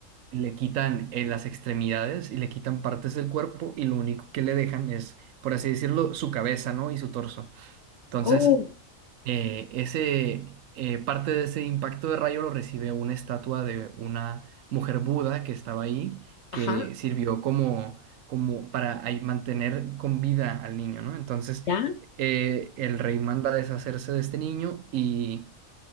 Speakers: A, on the right (about 75°); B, on the left (about 65°).
A: le quitan eh, las extremidades y le quitan partes del cuerpo y lo único que le dejan es, por así decirlo, su cabeza, ¿no? Y su torso. Entonces,
B: Oh,
A: eh, ese, eh, parte de ese impacto de rayo lo recibe una estatua de una mujer Buda que estaba ahí,
B: ajá,
A: que sirvió como, como para ahí mantener con vida al niño, ¿no? Entonces,
B: ya,
A: eh, el rey manda a deshacerse de este niño y,